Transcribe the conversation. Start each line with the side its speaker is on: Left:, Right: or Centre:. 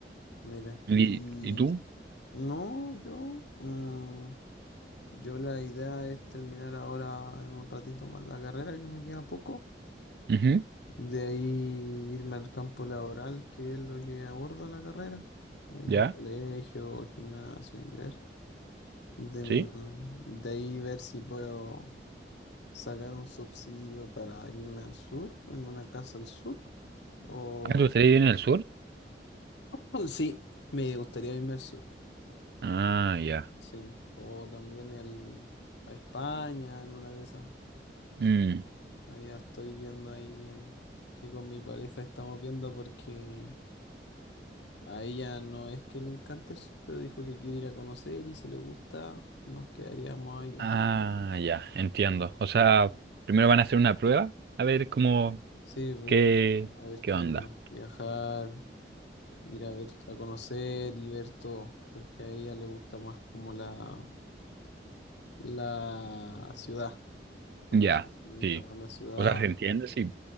Left: Mira,
Right: ¿Y,
Left: y
Right: y tú?
Left: no, yo, mm, yo la idea es terminar ahora en un ratito más la carrera, que me queda poco.
Right: Ujú.
Left: De ahí irme al campo laboral, que es lo que aborda la carrera. Ahí
Right: ¿Ya?
Left: los colegios, gimnasios, hay que ver. De,
Right: ¿Sí?
Left: mm, de ahí ver si puedo. sacar un subsidio para irme al sur, en una casa al sur, o
Right: Ah, ¿tú estás en el sur?
Left: <laughs> <clears throat> sí, me gustaría irme al sur,
Right: Ah, ya.
Left: sí, o también el, a España, en una de esas,
Right: Mm.
Left: ahí estoy viendo ahí bien, que con mi pareja estamos viendo porque a ella no es que le encante el sur, pero dijo que quiere ir a conocer y si le gusta, nos quedaríamos allá.
Right: Ah, ya, entiendo. O sea, primero van a hacer una prueba a ver cómo,
Left: Sí, voy
Right: qué,
Left: a ir a, a ver
Right: qué
Left: qué
Right: onda.
Left: onda, viajar, ir a ver, a conocer y ver todo, porque a ella le gusta más como la, la ciudad. A
Right: Ya,
Left: ver si le gusta
Right: sí.
Left: más la ciudad.
Right: O sea, se entiende, sí.